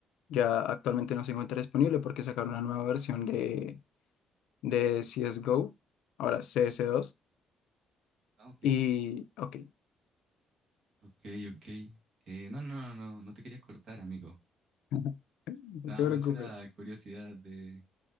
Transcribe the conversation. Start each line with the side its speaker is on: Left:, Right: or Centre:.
Left: Ya actualmente no se encuentra disponible porque sacaron una nueva versión de, de CSGO, ahora CS2.
Right: Ah, ok,
Left: Y, ok,
Right: ok, ok. Eh, no, no, no, no, no te quería cortar, amigo.
Left: <laughs> no
Right: Nada
Left: te preocupes.
Right: más era curiosidad de.